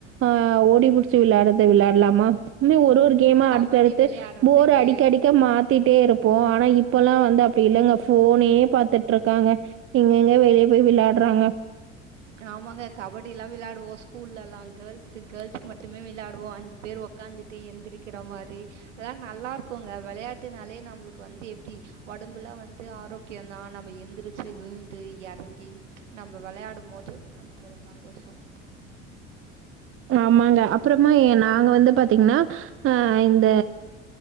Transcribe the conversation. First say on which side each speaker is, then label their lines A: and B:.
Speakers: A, on the right (about 35°); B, on the right (about 75°).
A: ஆஹ் ஓடிபுடிச்சி விளையாடுறது விளையாடலாமா இந்த மாதிரி ஒரு ஒரு கேம்மா
B: கபடி
A: அடுத்து அடுத்து
B: விளையாடுறதுக்கு.
A: போர் அடிக்கடிக்க மா பாத்திட்டே இருப்போம் ஆனா இப்பல்லாம் வந்து அப்படி இல்லை இங்க போனே பாத்துட்டு இருக்காங்க எங்கங்க வெளியே போய் விளையாடுறாங்க
B: ஆமாங்க கபடிய எல்லாம் விளையாடுவோம் ஸ்கூல்ல எல்லாம் கேர்ள்ஸ்க் கேர்ள்ஸ்க மட்டுமே விளையாடுவோம் அஞ்சு பேர் உக்காந்துட்டு எந்திரிக்கிற மாதிரி அதெல்லாம் நல்லா இருக்கும்ங்க விளையாட்டுனாலயே நம்மளுக்கு வந்து எப்படி உடம்புல்லாம் வந்து ஆரோக்கியம தான் நம்ம எந்திரிச்சு விழுந்து இறங்கி நம்ம விளையாடும் போது இது நமக்கு ஒரு சந்தோஷம்
A: ஆமாங்க அப்புறமா நாங்க வந்து பாத்தீங்கன்னா அஹ் இந்த